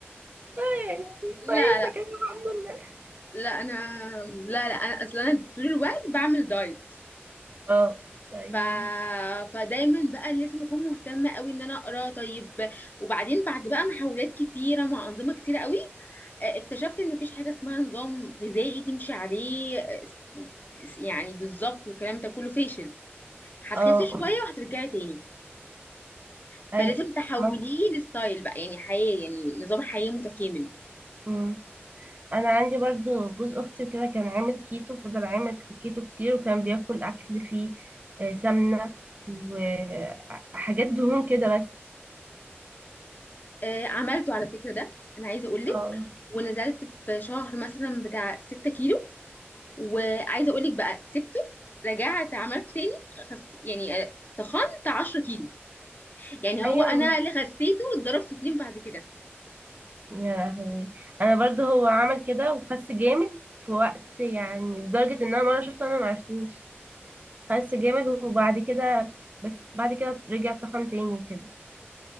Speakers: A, on the right; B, on the left.
A: آه يعني كويسه
B: لا لا
A: كده الحمد لله
B: لا انا لا لا انا اصلا انا طول الوقت بعمل دايت
A: اه طيب
B: ف... فدايما بقى لازم اكون مهتمه قوي ان انا اقرا طيب وبعدين بعد بقى محاولات كتيره مع انظمه كتيره قوي آه، اكتشفت ان مفيش حاجه اسمها نظام غذائي تمشي عليه آه، س- يعني بالظبط والكلام ده كله فاشل هتخسي
A: اه
B: شويه
A: قولي
B: وهترجعي تاني فلازم
A: اي
B: تحوليه
A: ما-
B: لستايل بقى يعني حياه يعني نظام حياه متكامل
A: مم. انا عندي برضو جوز اختي كده كان عامل كيتو فضل عامل كيتو كتير وكان بياكل اكل فيه آه، سمنه وحاجات دهون كده بس
B: آه، عملته على فكره ده انا عايزه اقول لك
A: اه
B: ونزلت في شهر مثلا بتاع 6 كيلو وعايزه اقول لك بقى سبته رجعت عملته تاني خس يعني آه، تخنت 10 كيلو يعني
A: ايوه
B: هو انا اللي خسيته واتضرب في اتنين بعد كده
A: يا لهوي انا برضو هو عمل كده وخس جامد في وقت يعني لدرجة ان انا مرة شفته انا معرفتوش خس جامد وبعد كده بس بعد كده رجع تخن تاني وكده